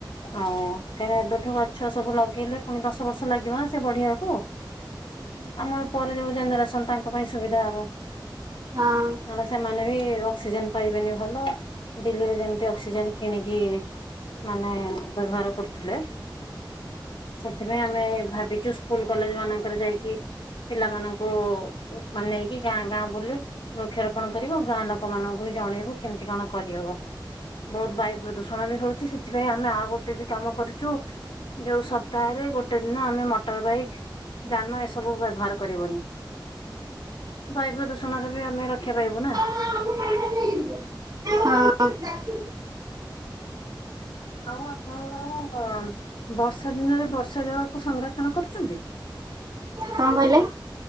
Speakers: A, on the left; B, on the right.
A: ଆଉ କାହିଁକ ଏବେଠୁ ଗଛ ସବୁ ଲଗେଇଲେ ପୁଣି ଦଶ ବର୍ଷ ଲାଗିବ ସେ ବଢିବାକୁ।
B: ହଁ।
A: ଆମ ପରେ ଯୋଉ ଜେନେରେସନ୍ ତାଙ୍କ ପାଇଁ ସୁବିଧା ହବ।
B: ହଁ।
A: ନଲେ ସେମାନେ ବି ଅକ୍ସିଜେନ ପାଇବେନି ଭଲ ଦିଲ୍ଲୀରେ ଯେମିତି ଅକ୍ସିଜେନ କିଣିକି ମାନେ ବ୍ୟବହାର କରୁଥିଲେ। ସେଥିପାଇଁ ଆମେ ଭାବିଛୁ ସ୍କୁଲ କଲେଜ ମାନଙ୍କରେ ଯାଇକି ପିଲାମାନଙ୍କୁ ମାନେ ନେଇକି ଗାଁ ଗାଁ ବୁଲୁ ବୃକ୍ଷରୋପଣ କରିବୁ ଗାଁ ଲୋକମାନାନଙ୍କୁ ବି ଜଣେଇବୁ କେମିତି କଣ କରିହବ। ବହୁତ ବାୟୁ ପ୍ରଦୂଷଣ ବି ହଉଛି ସେଥିପାଇଁ ଆମେ ଆଉ ଗୋଟେ ବି କାମ କରୁଛୁ। ଯୋଉ ସପ୍ତାହରେ ଗୋଟେ ଦିନ ଆମେ ମ ମଟର ବାଇକ୍ ଯାନ ଏସବୁ ବ୍ୟବହାର କରିବନି। ବାୟୁ ପ୍ରଦୂଷଣରେ ବି ଆମେ ରକ୍ଷା ପାଇବୁ ନା।
B: <inaudible> ହଁ।
A: ଆଉ ଆପଣଙ୍କର। ଓଁ ବର୍ଷା ଦିନେ ବର୍ଷା ଜଳକୁ ସଂରକ୍ଷଣ କରୁଛନ୍ତି।
B: କଣ କହିଲେ?